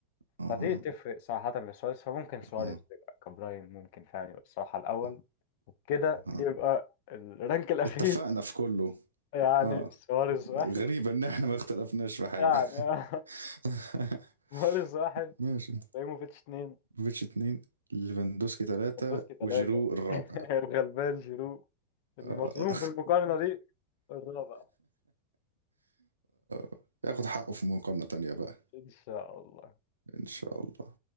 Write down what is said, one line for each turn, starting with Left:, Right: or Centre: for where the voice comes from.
Right: اه اه
Left: فدي تفرق صراحة لسواريز فممكن سواريز
Right: اه,
Left: يبقى كبراين ممكن فعلا يبقى الصراحة الاول
Right: آه.
Left: كده
Right: آه.
Left: يبقى الرانك الأخير
Right: اتفقنا في كله
Left: يعني
Right: اه
Left: سواريز واحد
Right: غريبة ان احنا ما اختلفناش في حاجة
Left: يعني <laughs>
Right: <laughs>
Left: سواريز واحد
Right: ماشي
Left: ابراهيموفيتش اتنين
Right: فيتش اتنين ليفاندوسكي تلاتة
Left: ليفاندوفسكي تلاتة
Right: وجيرو الرابع
Left: <laughs> الغلبان جيرو المظلوم
Right: آه.
Left: في المقارنة دي الرابع
Right: <laughs> ياخد حقه في مقارنة تانية بقى
Left: إن شاء الله
Right: إن شاء الله